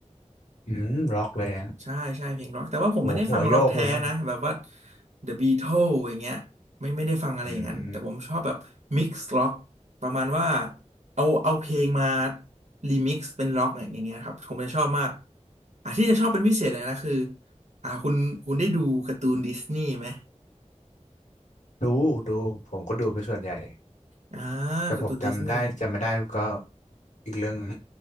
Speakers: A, on the left; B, on the right.
A: อืมร็อกเลยอะ
B: ใช่ใช่เพลงร็อกแต่ว่าผมไม่ได้ฟังร็อกแท้นะแบบว่า
A: โหหัวโยกเลยมั้ง
B: The Beatles อย่างเงี้ยไม่ไม่ได้ฟังอะไรอย่างนั้นแต่ผมชอบแบบมิกซ์ร็อกประมาณว่า
A: อืม
B: เอาเอาเพลงมารีมิกซ์เป็นร็อกอย่างเงี้ยครับผมจะชอบมากอ่ะที่จะชอบเป็นพิเศษเลยนะคืออ่าคุณคุณได้ดูการ์ตูนดิสนีย์ไหม
A: ดูดู ผมก็ดูไปส่วนใหญ่
B: อ่า
A: แต่ผมจำได้จำไม่ได้ก็
B: การ์ตูนดิสนีย์
A: อีกเรื่องหนึง